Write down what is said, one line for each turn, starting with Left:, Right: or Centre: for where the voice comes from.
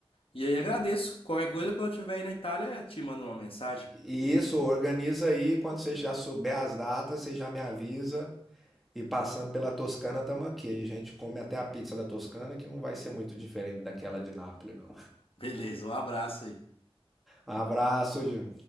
Left: E aí agradeço. Qualquer coisa, quando eu estiver aí na Itália, te mando uma mensagem.
Centre: E isso organiza aí quando você já souber as datas, você já me avisa. E passando pela Toscana, estamos aqui. A gente come até a pizza da Toscana, que não vai ser muito diferente daquela de Nápoles, não.
Left: Beleza, um abraço aí.
Centre: Um abraço, Ju.